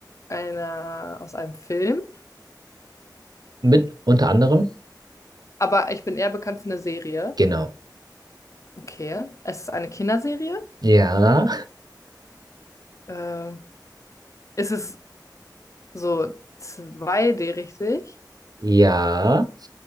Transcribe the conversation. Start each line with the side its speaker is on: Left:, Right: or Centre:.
Left: einer, aus einem Film?
Right: Mit unter anderem?
Left: Aber ich bin eher bekannt für eine Serie.
Right: Genau.
Left: Okay. Es ist eine Kinderserie?
Right: Ja,
Left: Ähm, ist es so zwei d richtig?
Right: ja,